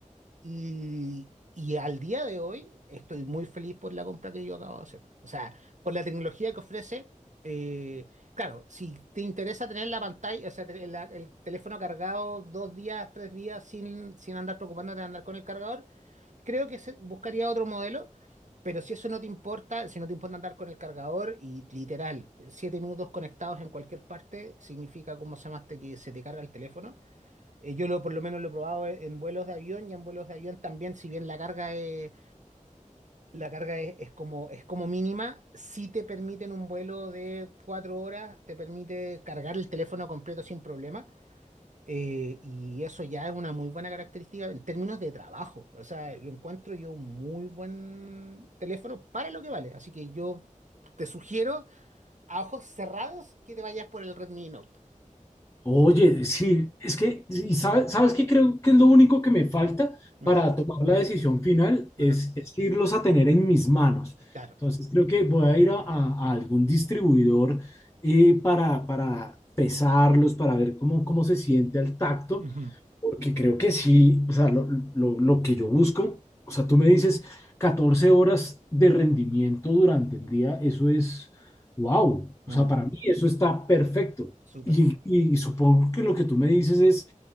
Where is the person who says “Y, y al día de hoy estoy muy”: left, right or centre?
Right